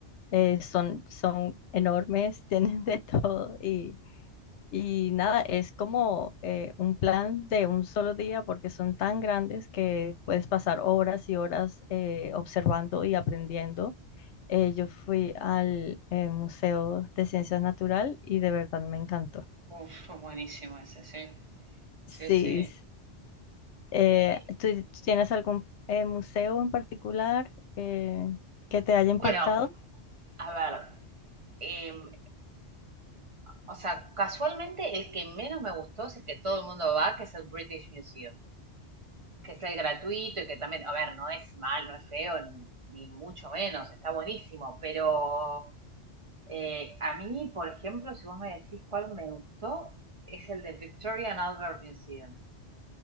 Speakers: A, on the left (about 75°); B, on the right (about 30°).
A: eh, son, son enormes, <laughs> tienen de todo y, y nada, es como eh, un plan de un solo día porque son tan grandes que puedes pasar horas y horas eh, observando y aprendiendo. Eh, yo fui al eh, Museo de Ciencias Natural y de verdad me encantó.
B: Uf, buenísimo ese, sí,
A: Sí,
B: sí, sí.
A: Eh,
B: Eh,
A: ¿tú tú tienes algún eh, museo en particular eh, que te haya impactado?
B: Bueno, a ver, Em, o sea, casualmente el que menos me gustó si es el que todo el mundo va, que es el British Museum, que es el gratuito y que también, a ver, no es mal, no es feo, n- ni mucho menos, está buenísimo, pero eh, a mí, por ejemplo, si vos me decís cuál me gustó, es el de Victoria and Albert Museum.